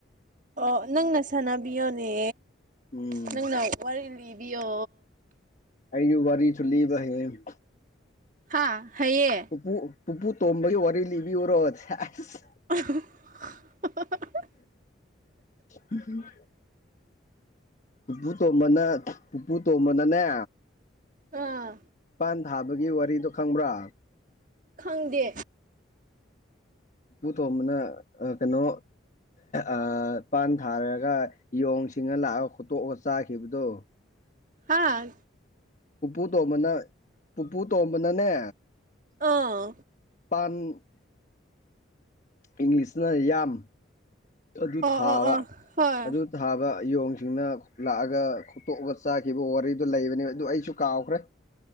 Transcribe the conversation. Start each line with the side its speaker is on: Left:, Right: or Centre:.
Right: ꯑꯣ ꯅꯪꯅ ꯁꯅꯥꯕꯤꯌꯣꯅꯦ
Left: ꯎꯝ
Right: ꯅꯪꯅ ꯋꯥꯔꯤ ꯂꯤꯕꯤꯌꯣ
Left: ꯑꯩꯖꯨ ꯋꯥꯔꯤꯁꯨ ꯂꯤꯕ ꯍꯩꯌꯦ
Right: ꯍꯥꯥ ꯍꯩꯌꯦ
Left: ꯄꯨꯄꯨ ꯄꯨꯄꯨ ꯇꯣꯝꯕꯒꯤ ꯋꯥꯔꯤ ꯂꯤꯕꯤꯌꯨꯔꯣ ꯑꯁ
Right: <unintelligible>
Left: ꯎꯝ ꯄꯨꯄꯨ ꯇꯣ‌ꯝꯕꯅ ꯄꯨꯄꯨ ꯇꯣꯝꯕꯅꯅꯦ
Right: ꯑꯥ
Left: ꯄꯥꯟ ꯊꯥꯕꯒꯤ ꯋꯥꯔꯤꯗꯣ ꯈꯪꯕ꯭ꯔꯥ
Right: ꯈꯪꯗꯦ
Left: ꯄꯨꯄꯨ ꯇꯣꯝꯕꯅ ꯀꯩꯅꯣ ꯑ ꯄꯥꯟ ꯊꯥꯔꯒ ꯌꯣꯡ ꯁꯤꯡꯅ ꯂꯥꯛꯑꯒ ꯈꯣꯠꯇꯣꯛꯑ ꯆꯥꯈꯤꯕꯗꯣ
Right: ꯍꯥꯥ
Left: ꯄꯨꯄꯨ ꯇꯣꯝꯕꯅ ꯄꯨꯄꯨ ꯇꯣꯝꯕꯅꯅꯦ
Right: ꯑꯥ
Left: ꯄꯥꯟ ꯏꯪꯂꯤꯁꯅ ꯌꯥꯝ ꯑꯗꯨ
Right: ꯑꯣ
Left: ꯊꯥꯕ
Right: ꯑꯣ ꯑꯣ ꯍꯣꯏ
Left: ꯑꯗꯨ ꯊꯥꯕ ꯌꯣꯡꯁꯤꯡꯅ ꯂꯥꯛꯑꯒ ꯐꯠꯇꯣꯛꯑꯒ ꯆꯥꯈꯤꯕ ꯋꯥꯔꯤꯗꯣ ꯂꯩꯕꯅꯦ ꯑꯗꯨ ꯑꯩꯁꯨ ꯀꯥꯎꯈ꯭ꯔꯦ